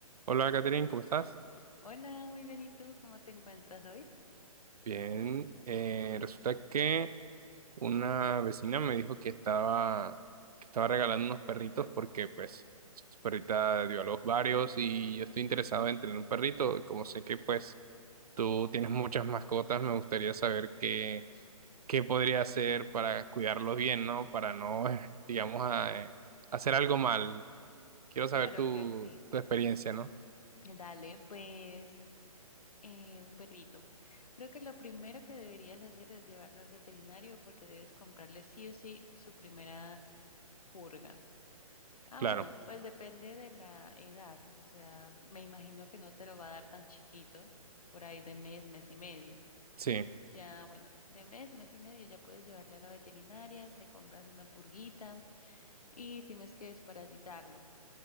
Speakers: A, on the right; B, on the left.
A: Hola, Catherine, ¿cómo estás?
B: Hola, muy bien. ¿Y tú cómo te encuentras hoy?
A: Bien, eh, resulta que una vecina me dijo que estaba, que estaba regalando unos perritos porque pues su perrita dio a luz varios y yo estoy interesado en tener un perrito y como sé que pues tú tienes muchas mascotas, me gustaría saber qué, qué podría hacer para cuidarlos bien, ¿no? Para no, <laughs> eh, digamos, a- eh, hacer algo mal. Quiero
B: Claro
A: saber tu,
B: que sí.
A: tu experiencia, ¿no?
B: Dale, pues eh, un perrito. Creo que lo primero que deberías hacer es llevarlo al veterinario porque debes comprarle sí o sí su primera purga. Ah,
A: Claro,
B: bueno, pues depende de la edad. O sea, me imagino que no te lo va a dar tan chiquito, por ahí de mes, mes y medio.
A: sí,
B: Ya, bueno, de mes, mes y medio ya puedes llevarlo a la veterinaria, le compras una purguita y tienes que desparasitarlo.